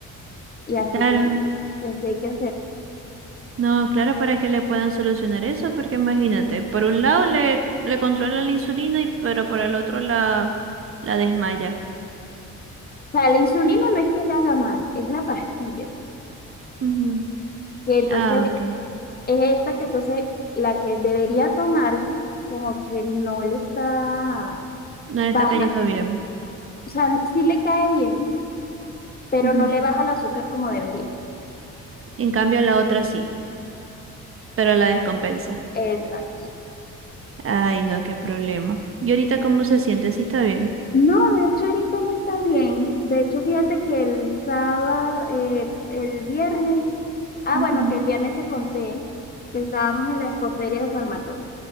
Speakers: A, on the left; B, on the right.
A: Y así,
B: Claro,
A: ten- y así hay que hacer.
B: no, claro, para que le puedan solucionar eso, porque imagínate, por un lado le, le controla la insulina, y, pero por el otro la, la desmaya.
A: O sea, la insulina no es que la haga mal, es la pastilla,
B: Ujú.
A: que entonces
B: Ah, ok.
A: es esta que entonces la que debería tomarse, como que no le está
B: No le
A: baja,
B: está cayendo bien.
A: o sea, sí le cae bien, pero
B: Ujú.
A: no le baja el azúcar como debería.
B: En cambio, la otra sí, pero la descompensa.
A: Exacto.
B: Ay, no, qué problema. ¿Y ahorita cómo se siente? Sí, está bien.
A: No, de hecho ahorita ya está bien. De hecho, fíjate que el sábado, eh, el viernes, ah,
B: Ujú.
A: bueno, que el viernes te conté que estábamos en la expoferia de Formator